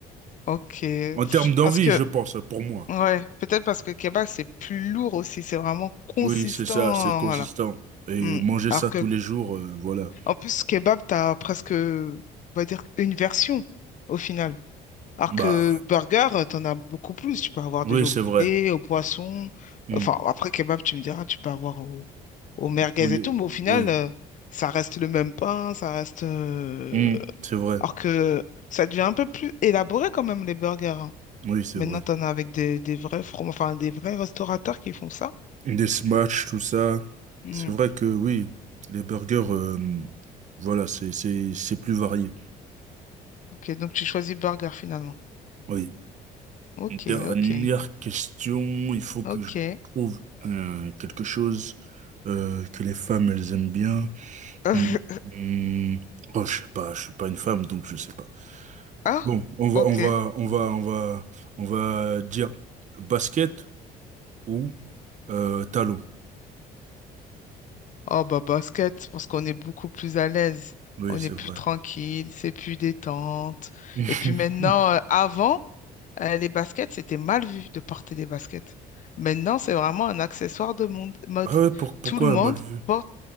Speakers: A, on the left (about 50°); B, on the right (about 45°).
A: Ok.
B: En termes d'envie,
A: Parce que,
B: je pense, pour moi.
A: ouais, peut-être parce que kebab, c'est plus lourd aussi. C'est vraiment consistant.
B: Oui, c'est ça, c'est consistant.
A: Voilà.
B: Et
A: Mm.
B: manger
A: Alors
B: ça
A: que,
B: tous les jours, euh, voilà.
A: en plus, kebab, t'as presque, on va dire, une version au final. Alors
B: Bah.
A: que burger, euh, t'en as beaucoup plus. Tu peux avoir
B: Oui,
A: déjà
B: c'est
A: au poulet,
B: vrai.
A: au poisson.
B: Mm.
A: Enfin, après, kebab, tu me diras, tu peux avoir au, au merguez
B: Le Poulet.
A: et tout. Mais au final,
B: Oui,
A: euh, ça reste le même pain, ça reste... euh,
B: Hmm. c'est vrai.
A: Alors que ça devient un peu plus élaboré quand même, les burgers. hein.
B: Oui, c'est
A: Maintenant,
B: vrai.
A: t'en as avec des, des vrais from... enfin, des vrais restaurateurs qui font ça.
B: Des smash, tout ça.
A: Hmm,
B: C'est vrai que oui, les burgers, euh, voilà, c'est, c'est, c'est plus varié.
A: ok, donc tu choisis burger finalement.
B: Oui.
A: Ok,
B: Une Dernière
A: ok,
B: question. Il faut
A: ok.
B: que je trouve euh, quelque chose euh, que les femmes, elles aiment bien.
A: <laughs>
B: Hmm, hmm. Oh, je sais pas, je suis pas une femme, donc je sais pas.
A: Ah,
B: Bon, on va,
A: ok.
B: on va, on va, on va, on va dire basket ou euh, talon.
A: Oh bah basket, parce qu'on est beaucoup plus à l'aise,
B: Oui,
A: on
B: c'est
A: est plus
B: vrai.
A: tranquille, c'est plus détente.
B: <laughs>
A: Et puis maintenant, euh, avant, euh, les baskets, c'était mal vu de porter des baskets. Maintenant, c'est vraiment un accessoire de monde- mode.
B: Ah ouais, pour- pourquoi
A: Tout le monde
B: mal vu?
A: porte,